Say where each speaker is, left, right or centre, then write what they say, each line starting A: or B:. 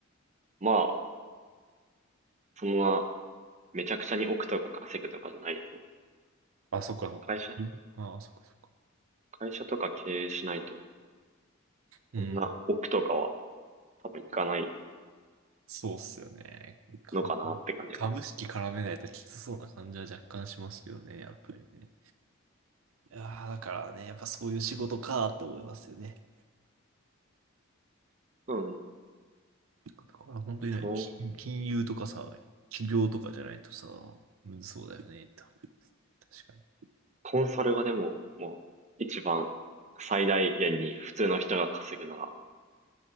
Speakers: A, on the right; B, on the right.
A: まあ、そのままめちゃくちゃに億とか稼ぐとかじゃないですもんね。
B: あ、そっかそっか。
A: 会社、
B: ああ、そっかそっか。
A: 会社とか経営しないと、
B: うん。
A: そんな億とかは多分いかない
B: そうっすよね。か、
A: のかなって感じが。
B: 株式絡めないときつそうな感じは若干しますけどね、やっぱりね。いやーだからね、やっぱそういう仕事かーって思いますよね。
A: うん。
B: だから本当にね、
A: そう、
B: 金、金融とかさ、企業とかじゃないとさ、むずそうだよねって思う、確かに。
A: コンサルがでも、もう一番最大限に普通の人が稼ぐなら